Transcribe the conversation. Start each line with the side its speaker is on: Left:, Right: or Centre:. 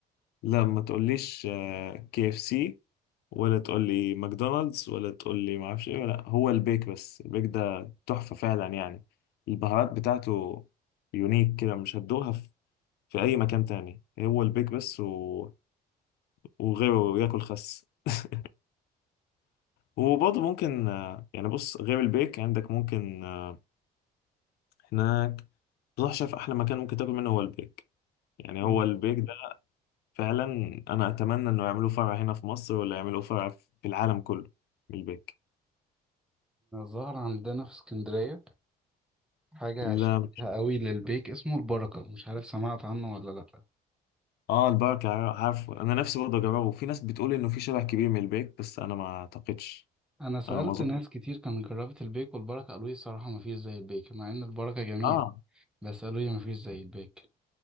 Left: لا ما تقوليش آه، كي اف سي ولا تقولي ماكدونالدز ولا تقولي ما اعرفش ايه ولا هو البيك بس البيك ده تحفة فعلا يعني البهارات بتاعته يونيك كده مش هتدوقها في في اي مكان تاني هو البيك بس و... وغيره ياكل خس <laughs> وبرضه ممكن آه، يعني بص غير البيك عندك ممكن آه، هناك بصراحة شايف أحلى مكان ممكن تاكل منه هو البيك يعني
Centre: مم.
Left: هو البيك ده فعلا أنا أتمنى إنه يعملوه فرع هنا في مصر ولا يعملوه فرع في العالم كله البيك
Centre: ظهر عندنا في اسكندرية حاجة
Left: لا
Centre: شبيهة قوي للبيك اسمه البركة مش عارف سمعت عنه ولا لأ
Left: اه البركة عار- عارفه انا نفسي برضه اجربه في ناس بتقول انه في شبه كبير من البيك بس انا ما اعتقدش
Centre: أنا سألت
Left: انا ما اظن
Centre: ناس كتير كانت جربت البيك والبركة قالوا لي الصراحة مفيش زي البيك مع إن البركة جميل
Left: اه
Centre: بس قالوا لي مفيش زي البيك